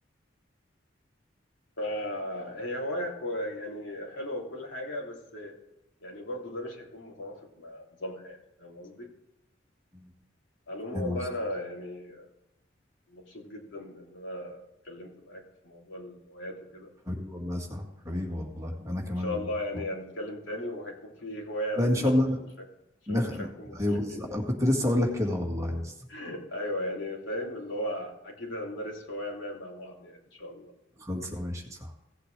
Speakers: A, on the left; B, on the right.
A: فهي هواية كو- يعني حلوة وكل حاجة بس يعني برضو ده مش هيكون متوافق مع نظام حياتي فاهم قصدي؟
B: مم.
A: على العموم
B: فاهم
A: والله
B: قصدك
A: أنا يعني مبسوط جدا إن أنا اتكلمت معاك في موضوع الهوايات وكده
B: حبيبي والله يا صاحبي حبيبي والله انا كمان
A: إن شاء الله
B: كنت
A: يعني
B: مبسوط.
A: هنتكلم تاني وهيكون في هواية تجمعنا
B: لا ان شاء الله
A: يعني مش هك- مش
B: نخ...
A: مش هنكون مختلفين
B: ايوه بالظبط
A: يعني
B: كنت لسه اقول لك كده والله يا اسطى
A: <laughs> أيوه يعني فاهم اللي هو أكيد هنمارس هواية ما مع بعض يعني إن شاء الله
B: خلصه ماشي صح